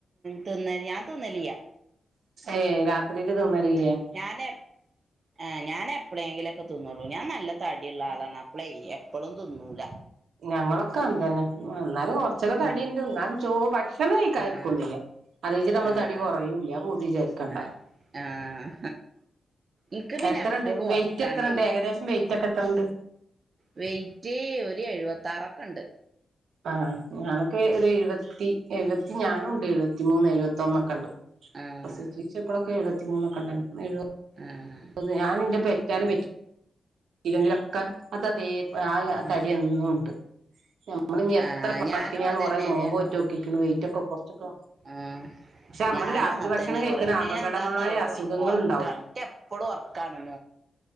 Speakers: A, on the right; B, on the right.
A: തിന്ന ഞാൻ തിന്നലിയ
B: ഏയ് രാത്രിയില് തിന്നലില്ലേ
A: ഞാന് ആ ഞാൻ എപ്പളെങ്കിലൊക്കെ തിന്നള്ളൂ ഞാൻ നല്ല തടിള്ള ആളാണ് അപ്പളേ എപ്പളും തിന്നൂല
B: ഞങ്ങളൊക്കെ അന്തന്നെ എന്നാലും കൊറച്ചൊക്കെ തടിണ്ട്
A: ഉം
B: എന്നാലും ചോറ് കക്ഷക്ക
A: ആഹ്
B: ആരിക്കൊന്നില്ല അത്ച് നമ്മള്
A: ആഹ്
B: തടി കുറയൂല്ല പൂതിച്ചാരിക്കണ്ട
A: ആഹ് ആഹ് ഇൻക്ക് പിന്നെ
B: എത്രുണ്ട്
A: എപ്പളും
B: വെറ്റ്
A: ഒറക്കാണേ
B: എത്രുണ്ട് ഏകദേശം വെറ്റ് ഒക്കെ എത്രുണ്ട്
A: വെയിറ്റ് ഒരു എഴുപത്താറൊക്കെ ഇണ്ട്
B: ആഹ് ഞാനൊക്കെ ഒരു എഴുപത്തി എഴുപത്തി ഞാനുംണ്ട് എഴുപത്തിമൂന്ന് എഴുപത്തിൊന്നൊക്കെ ഉണ്ട്
A: ആഹ്
B: അ ഇപ്പോഴൊക്കെ എഴുപത്തിമൂന്നൊക്കെണ്ടായിരുന്നു എഴുപ
A: ആഹ്
B: അ ഞാാനിന്റെ പറ്റാനും പറ്റിങ്കിലൊക്കെ അതതെ ആ
A: ആഹ്
B: തടിയെന്നും ഉണ്ട് നമ്മള് ഇനി എത്ര
A: ആഹ് ഞാനും
B: പട്ടണിയാന്ന്
A: അതന്നെയാണ്
B: കുറേ നോമ്പോറ്റ നോക്കിക്ക വെയിറ്റ് ഒക്കെ കൊറച്ചൊക്കെ
A: ഉം
B: പക്ഷെ നമ്മള്
A: ഞാനും
B: രാത്രി
A: അങ്ങത്തന്നെ
B: ഭക്ഷണം കഴിക്കണ
A: കൊറ പിന്നെ
B: അപകടമായ
A: എന്താന്ന്റിയോ
B: അസുഖങ്ങൾ
A: ഈ കൊറക്കാണ്
B: ഉണ്ടാവും
A: എപ്പഴും ഉറക്കാണ്